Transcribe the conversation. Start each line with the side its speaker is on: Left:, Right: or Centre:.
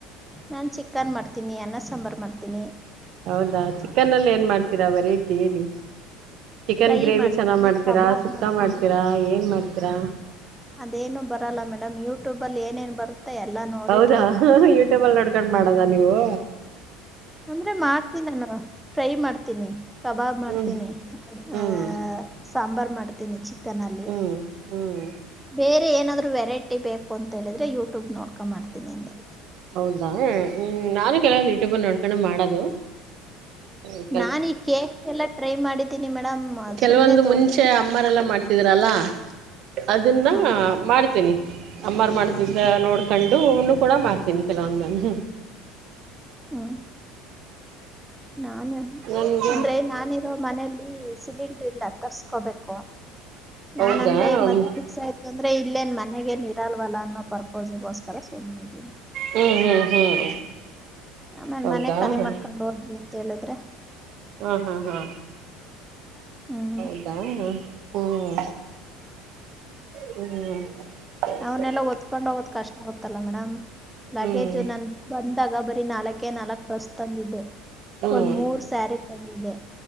Centre: ನಾನ್ ಚಿಕನ್ ಮಾಡ್ತೀನಿ ಅನ್ನ ಸಾಂಬಾರ್ ಮಾಡ್ತೀನಿ
Right: ಹೌದಾ ಚಿಕನ್ ಅಲ್ಲಿ ಏನ್ ಮಾಡ್ತೀರಾ ಬ ರೇಟಿ ಹೇಳಿ ಚಿಕನ್
Centre: ಫ್ರೈ
Right: ಗ್ರೇವಿ
Centre: ಮಾಡ್ತೀನಿ
Right: ಚನ್ನಾಗ ಮಾಡ್ತೀರಾ
Centre: ಕಬಾಬ್
Right: ಸುಕ್ಕ
Centre: ಮಾಡ್ತೀನಿ
Right: ಮಾಡ್ತೀರಾ ಏನ್ ಮಾಡ್ತೀರಾ
Centre: ಅದೇನು ಬರಲ್ಲ ಮೇಡಮ್ ಯೂಟ್ಯೂಬಲ್ಲಿ ಏನೇನು ಬರುತ್ತೆ ಎಲ್ಲ ನೋಡಿ
Right: ಹೌದಾ
Centre: ಟ್ರೈ ಮಾಡ್
Right: ಯೂಟ್ಯೂಬ್ ನಡ್ಕೊಂಡ್ ಮಾಡದ ನೀವು
Centre: ಅಂದ್ರೆ ಮಾಡ್ತೀನಿ ನಾನು ಫ್ರೈ ಮಾಡ್ತೀನಿ ಕಬಾಬ್ ಮಾಡ್ತೀನಿ
Right: ಹ್ಮ್ ಹ್ಮ್
Centre: ಆ ಸಾಂಬಾರ್ ಮಾಡ್ತ ಚನ್ ಅಲ್ಲಿ
Right: ಹ್ಮ್ ಹ್ಮ್
Centre: ಬೇರೆ ಏನಾದ್ ವೆರೈಟಿ ಬೇಕು ಅಂತ ಹೇಳಿದ್ರೆ ಯೂಟ್ಯೂಬ್ ನೋಡ್ಕೊಂಡ ಮಾಡ್ತೀನಿ ಅಂದೆ
Right: ಹೌದಾ ಹ್ಮ ನಾನು ಕೆಲವ್ ಯೂಟ್ಯೂಬಲ್ಲಿ ನೋಡ್ಕೊಂಡ ಮಾಡೋದು ಹ
Centre: ನಾನು ಈ ಕೇಕ್ ಎಲ್ಲ ಟ್ರೈ ಮಾಡಿದ್ದೀನಿ ಮೇಡಮ್
Right: ಕೆಲವೊಂದು
Centre: ಸುಮ್ನೆ ತೋರು
Right: ಮುಂಚೆ ಅಮ್ಮರೆಲ್ಲ ಮಾಡ್ತಿದರಲ್ಲ ಅದನ್ನ
Centre: ಹಾಂ
Right: ಮಾಡ ತನಿ ಅಮ್ಮಾರ ಮಾಡ್ತಿದ್ದ
Centre: ಹ್ಞೂ
Right: ನೋಡ್ಕೊಂಡು ಅವನು ಕೂಡ ಮಾಡ್ತೀನಿ ಕೆಲವೊಂದು ನಾನು
Centre: ಹ್ಮ್ ನಾನು
Right: ನನ್ಗೆ
Centre: ಅಂದ್ರೆ ನಾನ ಮನಲಿ ಸಿಲಿಂಡರ್ ಇಲ್ಲ ತರ್ಸ್ಕೋಬೇಕು
Right: ಹೌದಾ
Centre: ನಾನ್ ಅಂದ್ರೆ ಮದುವೆ
Right: ಹ್ಮ್
Centre: ಫಿಕ್ಸ್ ಆಯ್ತ ತಂದ್ರೆ ಇಲ್ಲೇನ್ ಮನೆಗೆ ಇರಲ್ವಲ್ಲ ಅನ್ನೋ ಪರ್ಪೋಸಿಗೋಸ್ಕರ ಸುಮ್ನಿದ್ದೀನಿ
Right: ಹ್ಮ್ ಹ್ಮ್ ಹ್ಮ್
Centre: ಆಮೇಲೆ
Right: ಹೌದಾ
Centre: ಮನೆ ಖಾಲಿ
Right: ಹಾ
Centre: ಮಾಡರ್ಕೊಂಡ್ ಹೋಗ್ರಿ ಅಂತ ಹೇಳಿದ್ರೆ
Right: ಹಾ ಹಾ ಹಾ
Centre: ಹ್ಮ
Right: ಹೌದಾ ಹ್ಮ ಹ್ಮ್ ಸರಿ
Centre: ಅವನ್ನೆಲ್ಲಾ
Right: ಸರಿ
Centre: ಒದ್ಕೊಂಡ್ ಹೋಗೋದ್ ಕಷ್ಟ ಆಗುತ್ತಲ್ಲ ಮೇಡಮ್ ಲಗೇಜು
Right: ಹ್ಮ್
Centre: ನನ್ ಬ ಬಂದಾಗ ಬರೀ ನಾಲ್ಕೆ ನಾಲ್ಕಕ್ ಡ್ರೆಸ್ ತಂದಿದೆ
Right: ಹ್ಮ್
Centre: ಒಂದ್ ಮೂರ್ ಸ್ಯಾರಿ ತಂದಿದೆ